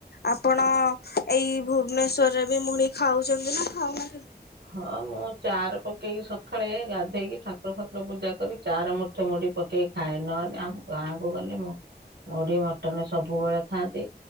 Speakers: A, on the left; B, on the right.
A: ଆପଣ ଏଇ ଭୁବନେଶ୍ଵରରେ ବି ମୁଢ଼ି ଖାଉଛନ୍ତି ନା ଖାଉନାହାନ୍ତି।
B: ହଁ ମୁଁ ଚାରେ ପକେଇକି ସଖାଳେ ଗାଧେଇକି ଠାକୁର ଫାକୁର ପୂଜା କରି ଚାର ମୁଠେ ମୁଢ଼ି ପକେଇ ଖାଏ ନହେଲେ ଆମ ଗାଁ କୁ ଗଲେ ମୁଁ ମୁଢି ମଟନ ସବୁବେଳେ ଖାଆନ୍ତି